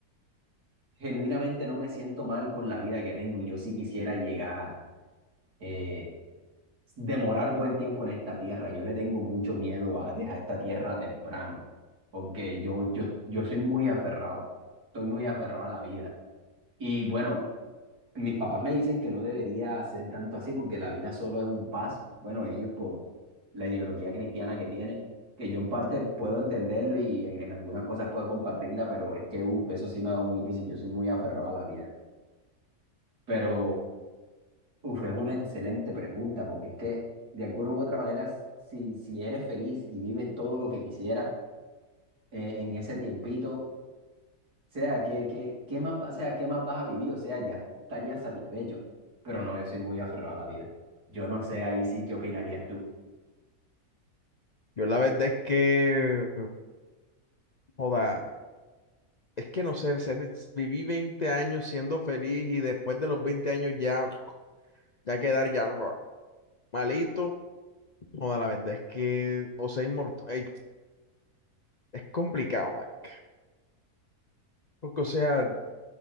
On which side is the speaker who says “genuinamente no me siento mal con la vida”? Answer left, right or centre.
Right